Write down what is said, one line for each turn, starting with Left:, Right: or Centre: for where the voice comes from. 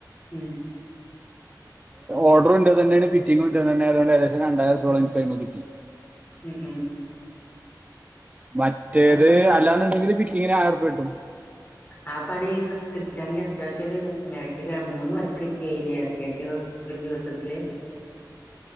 Left: ഉം
Right: ഓഡ്രു ഇന്റതന്നേണ്. ഫിറ്റിംഗ്‌ ഇന്റതന്നെ. അതുകണ്ട് ഏകദേശം രണ്ടായിരം ഉർപ്യാേളം
Left: ഉം
Right: ഇൻക്കയ്മെകിട്ടി.
Left: ഉം ഉം
Right: മറ്റേത്
Left: ആ പണി
Right: അല്ലാന്ന്ണ്ടെങ്കി ഫിറ്റിംഗിന് ആയിരൊറ്പ്യ കിട്ടും.
Left: ആപ്പ. പണി കിട്ടുകയാണെങ്കിൽ അത്യാവശ്യം ഒരു മേ മൂന്ന് വർക്ക് കിട്ടിയായില്ലേ അത്യാവശ്യം ഒരു ദിവസത്തില്.